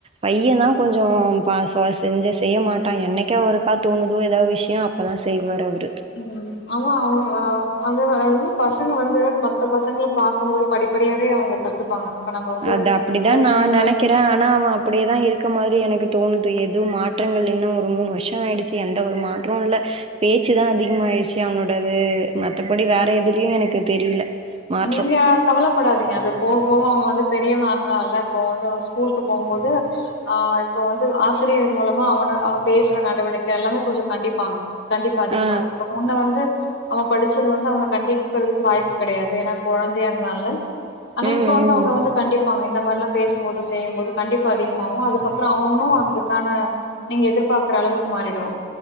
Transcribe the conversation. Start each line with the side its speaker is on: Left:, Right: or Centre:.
Right: பையன் தான் கொஞ்சோ பாசுவா செஞ்ச செய்ய மாட்டான் என்னைக்கு அவரு தோணுதோ ஏதாவது விஷயோ அப்பதான் செய்வார் அவர்
Left: உம் அவ அவ அது வந்து பசங்க வந்து மத்த பசங்கள பார்கக்கும்போது படிப்படியாவே அவங்க கத்துப்பாங்க நம்ம வந்து
Right: அது அப்பிடிதான்
Left: சில விஷயங்கள
Right: நா நெனைக்கிறே
Left: வந்து
Right: ஆனா அவ அப்பிடியேதா இருக்க மாரி எனக்கு தோணுது எதுவு மாற்றங்கள் இன்னு ஒரு மூணு வர்ஷோ ஆயிடுச்சி எந்த ஒரு மாற்றோ இல்ல பேச்சுதா அதிகம் ஆயிடுச்சு அவனோடது மத்தபடி வேற எதுலியு எனக்கு தெரில மாற்றோ
Left: அ நீங்க கவலப்படாதீங்க அது போவ போவ அவ வந்து பெரியவனாகராளே அப்போ வந்து அ ஸ்கூலுக்கு போம்போது ஆ இப்ப வந்து ஆசிரியர்கள் மூலமா அவனு அவ பேசுற நடவடிக்கை எல்லாமே கொஞ்ச கண்டிப்பாங்க கண்டிப்பு அதிகமா
Right: ஆ
Left: இருக்கோ முன்ன வந்து அவ படிச்சது வந்து அவன கண்டிக்கிறதுக்கு வாய்ப்பு கெடையாது தேனா கொழந்தையா இந்தான்லே ஆனா
Right: ம்
Left: இப்ப வந்து
Right: ம்
Left: அவுங்க வந்து கண்டிப்பாங்க இந்த மா ல்லா பேசும்போதும் செய்யும்போது கண்டிப்பு அதிகமாவோ அதுக்கப்பறோ அவவனு அதுக்கான நீங்க எதிர்பாக்கற அளவுக்கு மாறிடுவா